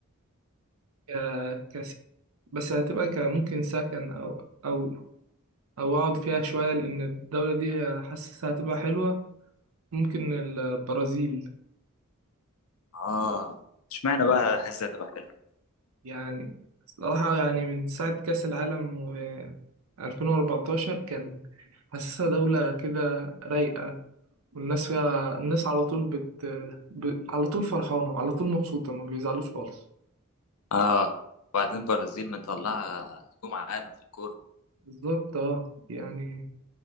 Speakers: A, on the right; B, on the left.
A: ك... كس... بس هتبقى ك... ممكن سكن او او او اقعد فيها شويه لان الدوله دي حاسسها هتبقى حلوه ممكن البرازيل
B: اه اشمعنى بقى حاسسها تبقى حلوه
A: يعني صراحه يعني من ساعه كاس العالم و 2014 كان حاسسها دوله كده رايقه والناس فيها الناس على طول بت... ب... على طول فرحانه وعلى طول مبسوطه ما بيزعلوش خالص
B: اه وبعدين برازيل مطلعه نجوم عالم في الكوره
A: بالظبط اه يعني